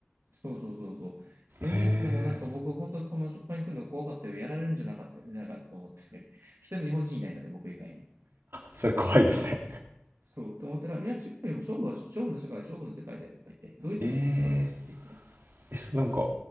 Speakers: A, on the right (about 80°); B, on the right (about 65°).
A: そうそうそうそう。えーでもなんか僕本当にこの職場に来るの怖かったよ。
B: え
A: やられるんじゃなかった、なんかと思ってて。一人も日本人いないので、僕以外に。
B: それ怖いですね
A: そう。そう。と思ったら、いや、中国よりも勝負は、勝負の世界、勝負の世界だよ、つって言って、ドイツがクソだったっつって言って。
B: えーえすなんか